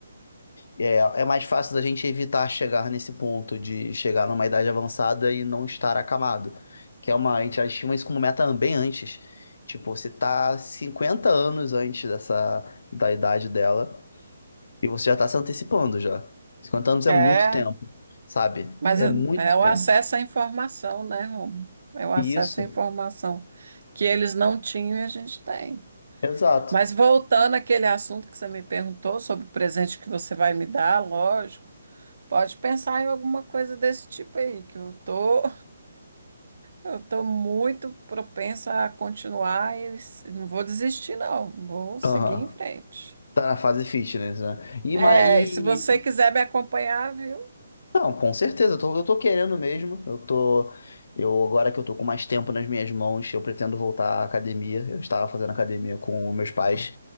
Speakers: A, on the left; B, on the right.
A: É, é mais fácil da gente evitar chegar nesse ponto de chegar numa idade avançada e não estar acamado. Que é uma, a gente estima isso como meta bem antes. Tipo, você tá 50 anos antes dessa, da idade dela e você já tá se antecipando já. cinquenta anos
B: É,
A: é muito tempo, sabe?
B: mas
A: É
B: é
A: muito
B: é o
A: tempo.
B: acesso à informação, né, Romo? É o acesso
A: E isso,
B: à informação que eles não tinham e a gente tem.
A: exato.
B: Mas voltando àquele assunto que você me perguntou sobre o presente que você vai me dar, lógico. Pode pensar em alguma coisa desse tipo aí, que eu tô, eu tô muito propensa a continuar e s- não vou desistir, não. Vou seguir
A: Aham.
B: em frente.
A: Tá na fase fitness, né? E,
B: É,
A: ma- e,
B: e se você quiser me acompanhar, viu?
A: Não, com certeza, eu tô, eu tô querendo mesmo. Eu tô, eu agora que eu tô com mais tempo nas minhas mãos, eu pretendo voltar à academia. Eu estava fazendo academia com meus pais,